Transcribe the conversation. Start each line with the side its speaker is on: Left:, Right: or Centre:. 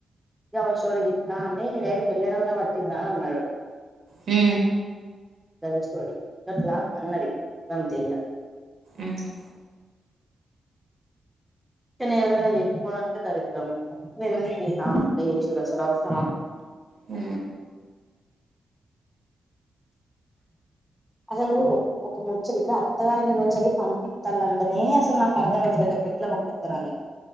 Centre: గ ఆమె స్టోరీ గిత్నా అంటే ఈ డైరెక్ట్ పెళ్ళలున్నా పట్టిందా అని అన్నాడు
Right: హు
Centre: గదే స్టోరీ గట్ల అన్నదియ అంతే ఇగ
Right: ఉహు
Centre: నను ఎవరికైనా చెప్పుకోవడానికే దరిద్రం అస ఎందుకుమం చేసూరు అసలు అవసరమా
Right: హు
Centre: అసలు ఒక ముచ్చడి అత్తగారి నుంచి వెళ్ళి పంపిస్తా అంటనే అసలు నాకు అర్థం అయితలేదు ఇ ఎట్లా పంపిస్తార అని